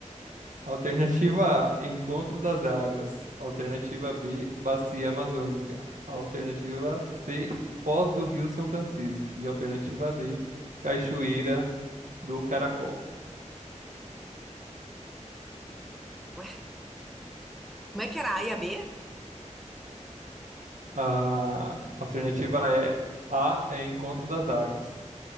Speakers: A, on the right (about 80°); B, in the centre.
A: Alternativa A, Encontro das Águas. Alternativa B, Bacia Amazônica. Alternativa C, Foz do Rio São Francisco. E alternativa D, Cachoeira do Caracol.
B: Ué, como é que era? A e a B?
A: A alternativa é A, é Encontro das Águas.